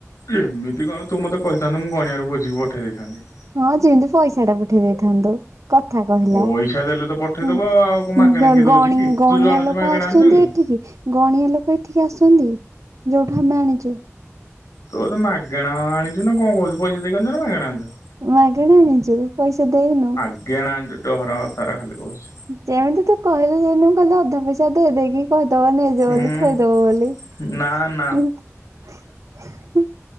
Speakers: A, on the left; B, on the right.
A: ଏମିତି କଣ ତୁ ମତେ କହିଥାନ୍ତୁ ମୁଁ ଗଣିଆରୁ ବୁଝିକି ପଠେଇ ଦେଇଥାନ୍ତି।
B: ହଁ ଯେମିତି ପଇସାଟା ପଠେଇ ଦେଇଥାନ୍ତୁ। କଥା କହିଲା
A: ପଇସା ଦେଲେ ତ ପଠେଇଦବୁ
B: ଉଁ ଉଁ
A: ଆଉ ଆଉ କଣ ମାଗେଣା
B: ଗ
A: କିଏ ଦଉଛି
B: ଗଣି
A: କି
B: ଗଣିଆ
A: ତୁ ଯୋଉ ଆଣୁଛୁ
B: ଲୋକ
A: ମାଗେଣା
B: ଆସୁଚନ୍ତି
A: ଆଣୁଛୁ କି?
B: ଏଠିକି। ଗଣିଆ ଲୋକ ଏଠିକି ଆସୁଚନ୍ତି, ଯୋଉଠୁ ଆମେ ଆଣିଚୁ।
A: ତୋର ତ ମାଗେଣା ଆ ଆଣିଚୁ ନା କଣ କହୁଚୁ ପଇସା ଦେଇକି ଆଣିଚ ନା ମାଗେଣା ଆଣିଚ?
B: ମାଗେଣା ଆଣିଚୁ ପଇସା ଦେଇନୁ।
A: ମାଗେଣା ଆଣିଚୁ ଡହରା କଥାଗୁରା ଖାଲି କହୁଚୁ।
B: ଯେମିତି ତୁ କହିଲୁ ଯେମିତି ମୁଁ କାଲି ଅଧା ପଇସା ଦେଇ ଦେଇକି କହିଦେବ ନେଇଯା
A: ହୁଁ
B: ବୋଲି ଥୋଇଦେବ ବୋଲି
A: ନା ନା
B: ଉଁହୁଁ ଉଁ।